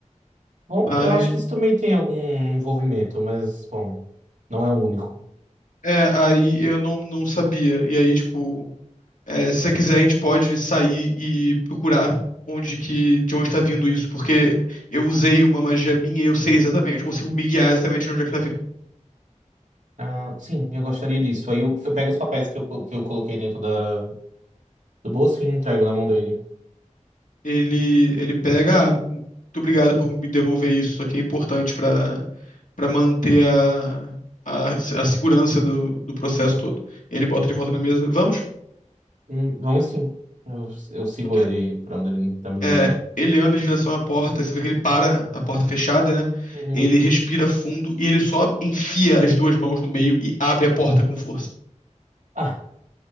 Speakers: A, on the right; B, on the left.
A: Bom,
B: Mas,
A: eu acho que isso também tem algum envolvimento, mas, bom, não é o único.
B: é, aí eu não, não sabia. E aí, tipo, É, se você quiser, a gente pode sair e procurar onde que, de onde está vindo isso, porque eu usei uma magia minha e eu sei exatamente, eu consigo me guiar exatamente de onde é que tá vindo.
A: Ah, sim, eu gostaria disso. Aí eu, eu pego os papéis que eu, co- que eu coloquei dentro da, do bolso e entrego na mão dele.
B: Ele, ele pega, ah, muito obrigado por me devolver isso, isso aqui é importante para para manter a, a, a segurança do, do processo todo. Ele bota de volta na mesa, vamos?
A: Hum, vamos sim. Eu, eu sigo
B: Ok.
A: ele para onde ele está me
B: é,
A: guiando.
B: ele anda em direção à porta, você vê que ele para a porta fechada, né?
A: Uhum.
B: Ele respira fundo e ele só enfia as duas mãos no meio e abre a porta com força.
A: Ah,